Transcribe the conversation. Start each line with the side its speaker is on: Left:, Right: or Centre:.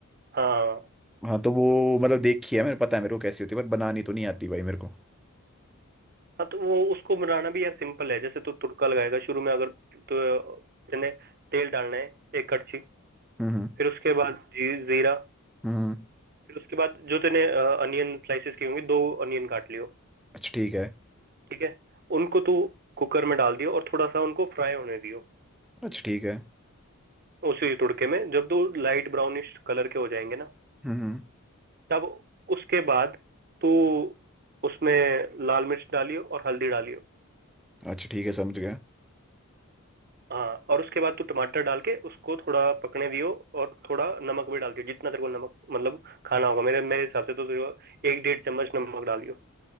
Right: हाँ हाँ
Centre: हाँ तो वो मतलब देखी है मेरे पता है मेरे को कैसी होती है पर बनानी तो नहीं आती भाई मेरे को
Right: हाँ तो वो उसको बनाना भी यार सिंपल है जैसे तू तुड़का लगाएगा शुरू में अगर तो तेने तेल डालना है एक कड़छी
Centre: हम्म हम्म
Right: फिर उसके बाद जी, जीरा
Centre: हम्म। हम्म।
Right: फिर उसके बाद जो तेने अनियन स्लाइसेस की होंगी दो अनियन काट लियो
Centre: अच्छा ठीक है
Right: ठीक है उनको तू कुकर में डाल दियो और थोड़ा सा उनको फ्राई होने दियो
Centre: अच्छा ठीक है
Right: उसी तुड़के में जब दो लाइट ब्राउनिश कलर के हो जाएंगे ना
Centre: हम्म हम्म।
Right: तब उसके बाद तू उसमें लाल मिर्च डालियो और हल्दी डालियो
Centre: अच्छा ठीक है समझ गया
Right: हाँ और उसके बाद तू टमाटर डाल के उसको थोड़ा पकने दियो और थोड़ा नमक भी डाल दियो जितना तेरे को नमक मतलब खाना होगा मेरे मेरे हिसाब से तो तेरे को एक डेढ़ चम्मच नमक डालियो